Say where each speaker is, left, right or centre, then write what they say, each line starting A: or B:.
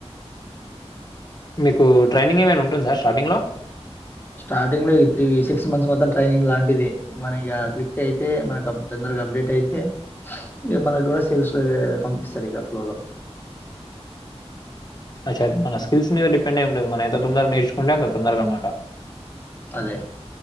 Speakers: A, on the left; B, on the left.
A: మీకు ట్రైనింగ్ ఏమైనా ఉంటుందా స్టార్టింగ్ లో
B: స్టార్టింగ్ లో ఈ త్రీ సిక్స్ మంత్స్ మాత్రం ట్రైనింగ్ లాంటిది మన ఇగ క్లిక్ అయితే మనక్ అప్ తొందరగా అబ్డేట్ అయితే ఇ మనగ్ గుడా సేల్స్ లోవే పంపిస్తరు ఇగ ఫ్లోర్లో
A: అచ్చ అది మన స్కిల్స్ మీద డిపెండ్ అయి ఉంటది మనం ఎంత తొందర్గ్ నేర్చుంటే అంత తొందరగా మాట
B: అదే